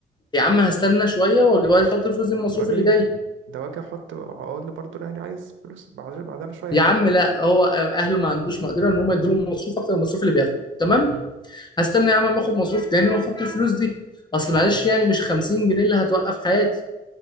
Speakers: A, on the left; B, on the right.
A: يا عم هستنى شوية وأجي- وأحط الفلوس دي من المصروف
B: واجي
A: اللي جاي
B: ده واجي أحط أقول برضه يعني عايز فلوس بعد- بعدها بشوية يعني
A: يا عم لا هو اهله ما عندوش مقدره ان هم يدوا له مصروف اكتر من المصروف اللي بياخده تمام
B: مم.
A: هستنى يا عم ما اخد مصروف تاني واحط الفلوس دي اصل معلش
B: مم.
A: يعني مش 50 جنيه اللي هتوقف حياتي